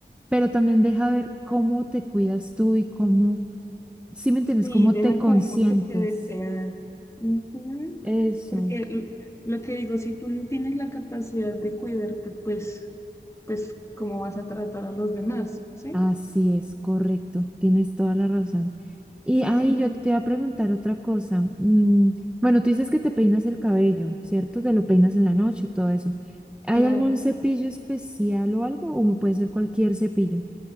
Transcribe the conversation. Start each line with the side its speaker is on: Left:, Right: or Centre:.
Centre: pero también deja ver cómo te cuidas tú y cómo, si me entiendes,
Left: Sí,
Centre: cómo
Left: deja
Centre: te consientes.
Left: como mucho que desear. Ujú.
Centre: Eso,
Left: Porque l- lo que digo, si tú no tienes la capacidad de cuidarte, pues, pues, ¿cómo vas a tratar a los demás? ¿Sí?
Centre: así es, correcto, tienes toda la razón. Y ahí
Left: Entonces,
Centre: yo te iba a preguntar otra cosa. Mm, bueno, tú dices que te peinas el cabello, ¿cierto? Te lo peinas en la noche y todo eso. ¿Hay
Left: claro,
Centre: algún cepillo especial o algo? ¿O puede ser cualquier cepillo?